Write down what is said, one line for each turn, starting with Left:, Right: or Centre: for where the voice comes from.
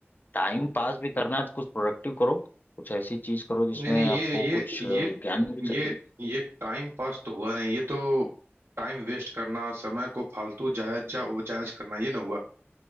Left: टाइम पास भी करना है तो कुछ प्रोडक्टिव करो कुछ ऐसी चीज करो जिसमें
Right: नहीं नहीं
Left: आपको
Right: ये ये
Left: कुछ
Right: ये
Left: ज्ञान मिल सके
Right: ये ये टाइम पास तो हुआ नहीं ये तो टाइम वेस्ट करना समय को फालतू जायज जा वो जायज करना ये ना हुआ